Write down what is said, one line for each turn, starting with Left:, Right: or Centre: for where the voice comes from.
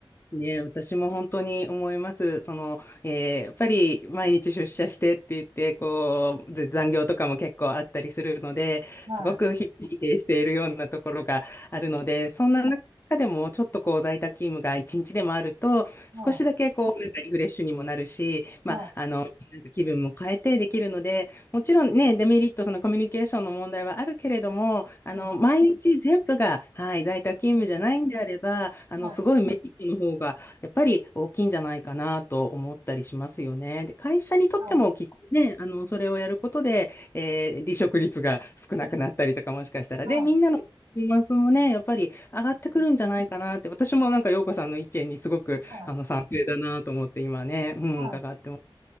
Left: ーね、私も本当に思います。その、えーやっぱり毎日出社してって言って、こう、ず残業とかも結構あったりするので、
Right: はい。
Left: すごく疲弊しているようなところがあるので、そんな中でもちょっとこう在宅勤務が一日でもあると、
Right: は
Left: 少しだけこう、なんかリフレッシュにもなるし、まあ、
Right: い。は
Left: あの、なんか気分も変えてできるので、もちろんね、デメリット、そのコミュニケーションの問題はあるけれども、あの、
Right: い。はい。
Left: 毎日全部が、はい、在宅勤務じゃないんであれば、
Right: はい。
Left: あの、
Right: はい。
Left: すごいメリットの方が、やっぱり大きいんじゃないかなと思ったりしますよね。で、会社にとってもきっとね、
Right: はい。
Left: あの、それをやることで、えー離職率が少なくなったりとか、もしかしたら。
Right: はい。
Left: で、みんなのパフォーマンスもね、やっぱり上がってくるんじゃないかなって、
Right: うん
Left: 私もなんか、陽子さんの意見にすごく、
Right: はい。
Left: あの、賛成だなと思って、今ね、うん、
Right: はい。
Left: 伺ってます